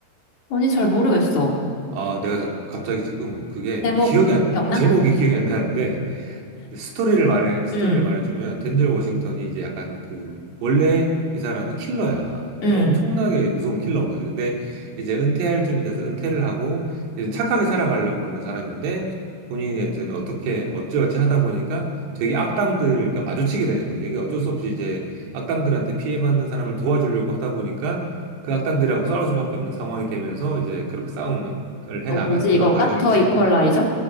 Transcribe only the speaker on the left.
아니, 잘 모르겠어.
제목
기억나?
음,
음.
어,
뭐지,
이건가?
더 이퀄라이저?